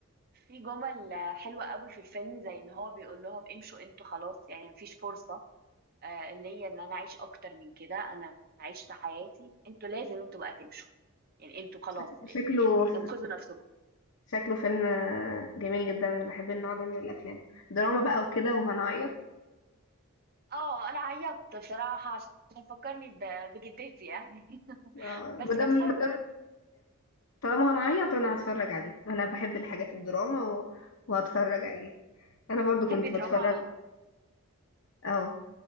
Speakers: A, on the right; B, on the left.
A: في جمل حلوة قوي في الفيلم زي ان هو بيقول لهم امشوا انتوا خلاص يعني مفيش فرصة آه، ليا ان انا اعيش اكتر من كده انا عشت حياتي انتوا لازم انتوا بقى تمشوا يعني انتوا خلاص
B: شك- شكله
A: آه، يعني انقذوا نفسكم
B: شكله فيلم آه، جميل جدا انا بحب النوع ده من الافلام دراما بقى وكده وهنعيط
A: اه انا عيطت بصراحة عشان فكرني ب... بجدتي يعني <laughs>
B: آه،
A: بس
B: مادام
A: كانت حلوة
B: مادام طالما هنعيط انا هتفرج عليه انا بحب الحاجات الدراما و... وهتفرج عليه انا برضو كنت
A: تحبي دراما
B: بتفرج اه